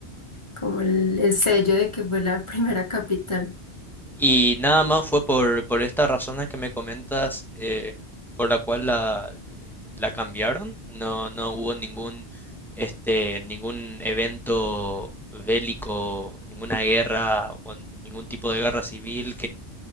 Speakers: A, on the left (about 25°); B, in the centre.
A: como el, el sello de que fue la <laughs> primera capital.
B: y nada más fue por, por estas razones que me comentas eh, por la cual la, la cambiaron. No, no hubo ningún, este, ningún evento bélico, ninguna guerra o ningún tipo de guerra civil